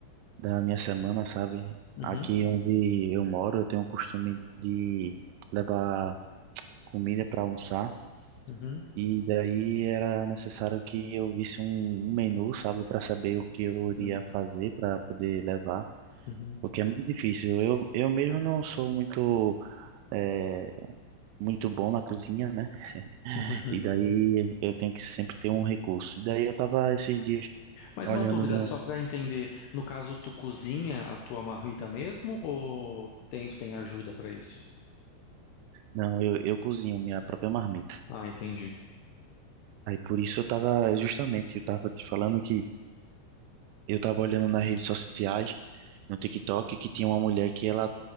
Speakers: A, on the right; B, on the left.
A: da minha semana, sabe?
B: Uhum,
A: Aqui onde eu moro, eu tenho o costume de levar comida para almoçar
B: uhum,
A: e daí era necessário que eu visse um, um menu, sabe, para saber o que eu iria
B: uhum,
A: fazer para poder levar.
B: uhum,
A: Porque é muito difícil. Eu, eu mesmo não sou muito, é, muito bom na cozinha, né?
B: uhum.
A: E
B: <laughs>
A: daí eu tenho que sempre ter um recurso. E daí eu tava esses dias
B: Mais
A: olhando
B: uma dúvida,
A: no.
B: só para entender, no caso, tu cozinha a tua marmita mesmo ou tem, tu tem ajuda para isso?
A: Não, eu, eu cozinho minha própria marmita.
B: Ah, entendi.
A: Aí por isso eu tava, justamente, eu tava te falando que eu tava olhando nas redes sociais, no TikTok, que tinha uma mulher que ela